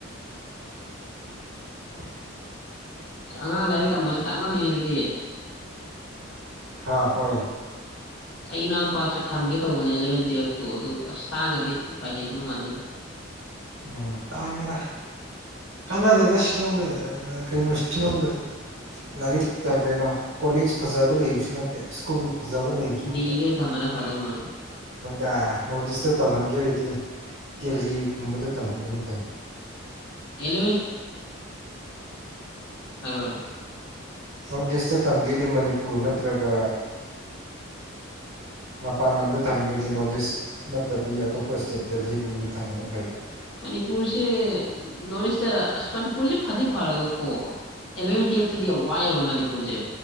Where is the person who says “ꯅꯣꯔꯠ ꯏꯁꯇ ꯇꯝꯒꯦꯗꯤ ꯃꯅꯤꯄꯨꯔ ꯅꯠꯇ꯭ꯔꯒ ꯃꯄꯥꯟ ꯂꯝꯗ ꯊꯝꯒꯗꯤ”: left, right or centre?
Right